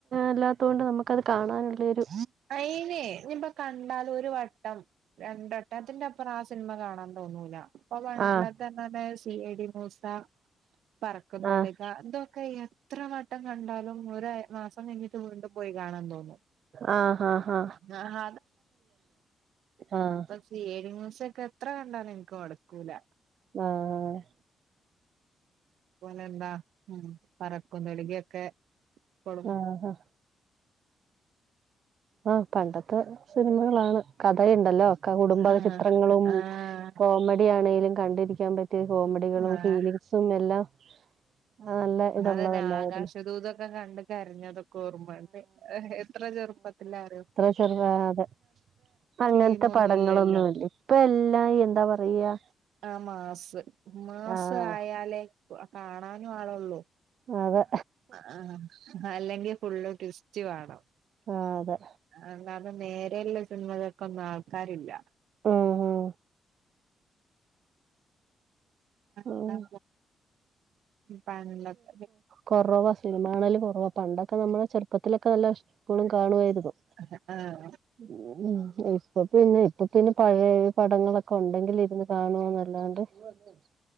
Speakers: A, on the right (about 50°); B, on the right (about 75°).
A: അല്ലാത്ത കൊണ്ട് നമുക്കത് കാണാനുള്ളയൊരു
B: അയിനെ ഇപ്പ കണ്ടാല് ഒരു വട്ടം രണ്ടു വട്ടം അതിന്റെ അപ്പുറം ആഹ് സിനിമ കാണാൻ തോന്നൂല അപ്പൊ പണ്ടത്തെ
A: ആഹ്
B: സീ ഐ ടി മൂസ പറക്കുന്തളിക
A: ആഹ്
B: ഇതോ ക്കെ എത്ര വട്ടം കണ്ടാലും ഒരു മാസം കഴിഞ്ഞിട്ട് വീണ്ടു പോയി കാണാൻ തോന്നും
A: ആഹ് ഹാ ഹാ
B: ആഹ്
A: ആഹ്
B: സി ഐ ടി മൂസയൊക്കെ എത്ര കണ്ടാലും എനിക്ക് മടുക്കൂല
A: ആഹ് ആഹ്
B: അതുപോലെ എന്താ ഉം പറക്കും തളികയൊക്കെ ഇപ്പളും
A: ആഹ് ആഹ് ആഹ് പണ്ടത്തെ സിനിമകളാണ് കഥയുണ്ടല്ലോ കുടുംബ
B: ആഹ്
A: ചിത്രങ്ങളും
B: ആഹ്
A: കോമഡിയാണേലും കണ്ടിരിക്കാൻ പറ്റിയ കോമഡികളും
B: ആഹ്
A: ഫീലിങ്സും എല്ലാം നല്ല ഇതുള്ളതല്ലായിരുന്നു
B: അതന്നെ ആകാശദൂതൊക്കെ കണ്ട് കരഞ്ഞതൊക്കെ ഓർമ്മവരണ് എത്ര ചെറുപ്പത്തിലാ അറിയോ
A: എത്ര ചെറുതാ അതെ അങ്ങനത്തെ
B: ഫിലിമൊന്നും
A: പടങ്ങളൊന്നുമില്ല
B: ഇല്ലല്ലോ
A: ഇപ്പ എല്ലാം എന്താ പറയാ
B: ആഹ് മാസ് മാസായാലേ
A: ആഹ്
B: കാണാനും ആളുള്ളൂ
A: അതെ
B: ആഹ് അല്ലെങ്കിൽ ഫുള്ള് ട്വിസ്റ്റ് വേണം
A: ആഹ് അതെ
B: അല്ലാതെ നേരെയുള്ള സിനിമകൾക്കൊന്നും ആൾക്കാരില്ല
A: ഉം ഉം
B: <unintelligible>
A: ഉം
B: ആ പാനല്ലത്ത
A: കുറവാ സിനിമാകാണൽ കുറവാ പണ്ടൊക്കെ നമ്മളെ ചെറുപ്പത്തിലൊക്കെ നല്ല ഇഷ്ട കാണുവായിരുന്നു
B: ഹ ഹ ആഹ്
A: ഉ ഉം ഇപ്പൊ പിന്നെ ഇപ്പൊ പിന്നെ പഴയ പടങ്ങളൊക്കെ ഉണ്ടെങ്കിൽ ഇരുന്ന് കാണുവന്നല്ലാണ്ട് <unintelligible>